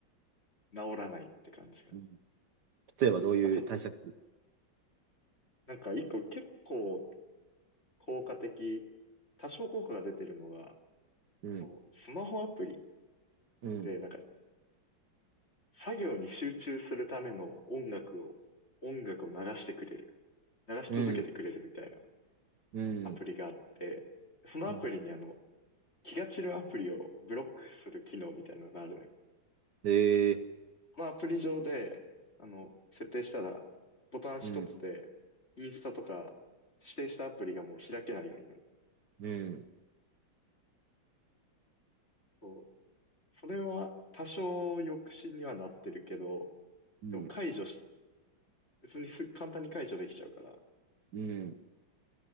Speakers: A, on the left; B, on the right.
A: 治らないって感じかな。
B: うん例えばどういう対策
A: なんかた、なんか一個結構効果的、多少効果が出てるのが、
B: うん。
A: あの、スマホアプリ
B: うん。
A: で、なんか、作業に集中するための音楽を、音楽を流してくれる。流し続けてくれるみたいな
B: うん。うん。
A: アプリがあって、そのアプリにあの、
B: うん
A: 気が散るアプリをブロックする機能みたいなのがあるのよ。
B: えー。
A: このアプリ上で、あの、設定したら、ボタン一つで、
B: うん。
A: インスタとか、指定したアプリがもう開けないようになる。
B: うん。
A: そう。それは多少抑止にはなってるけど、
B: うん。
A: でも解除し別にす簡単に解除できちゃうから、
B: うん。